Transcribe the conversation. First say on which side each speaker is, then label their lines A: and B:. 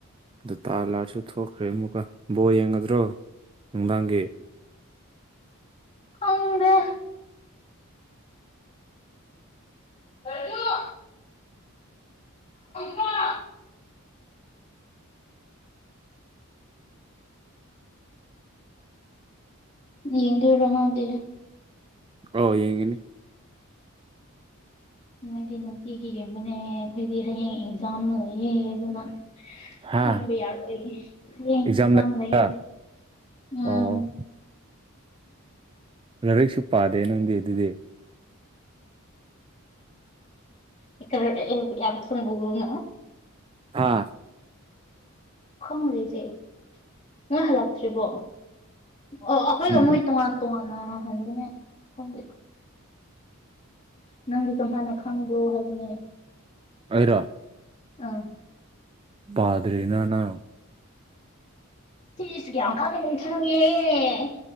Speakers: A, on the right (about 25°); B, on the left (about 30°).
A: ꯑꯗꯨ ꯇꯥꯔ ꯂꯥꯑꯔꯁꯨ ꯊꯣꯛꯈ꯭ꯔꯦ ꯑꯃꯨꯛꯀ ꯕꯣ ꯌꯦꯡꯒꯗ꯭ꯔꯣ ꯅꯨꯡꯗꯥꯡꯒꯤ
B: ꯍꯗ ꯀ ꯔꯎ ꯀ ꯒꯤ ꯌꯦꯡ ꯇꯔꯣ ꯅꯗ
A: ꯑ ꯌꯦꯡꯒꯅꯤ
B: ꯅꯣꯏꯗꯤ ꯅꯨꯡꯇꯤꯒꯤꯕꯅꯦ ꯑꯩꯈꯣꯏꯗꯤ ꯍꯌꯦꯡ ꯑꯦꯛꯖꯥꯝ ꯂꯩꯌꯦ ꯑꯗꯨꯅ
A: ꯍꯥ
B: ꯌꯦꯕꯨ ꯌꯥꯔ ꯌꯦ
A: ꯑꯦꯛꯖꯥꯝ
B: ꯆꯗ
A: ꯂꯩꯕ꯭ꯔꯥ
B: ꯌꯦ ꯑꯝ
A: ꯑꯣ ꯂꯥꯏꯔꯤꯛꯁꯨ ꯄꯥꯗꯦ ꯅꯪꯗꯤ ꯑꯗꯨꯗꯤ
B: ꯏ ꯌꯥꯁꯕꯅ
A: ꯑꯥ
B: ꯈꯉꯗꯦꯖꯤ ꯅ ꯍꯜꯥꯛꯇ꯭ꯔꯤꯔꯤꯕꯣ ꯑꯣ ꯑꯩꯈꯣꯏꯒ
A: ꯎꯝ
B: ꯃꯣꯏ ꯇꯣꯉꯥꯟ ꯇꯣꯉꯥꯟꯅꯍꯟꯕꯅꯦ ꯈꯪ ꯅꯪ ꯀꯃꯅ ꯈꯪꯣ ꯍꯅꯦ
A: ꯑꯣꯏꯔꯣ
B: ꯑꯥ
A: ꯄꯥꯗ꯭ꯔꯦꯅꯅ
B: ꯁꯤꯤꯁꯒꯦ ꯌꯥꯝ ꯀ ꯂꯩ ꯊ ꯌꯦꯦ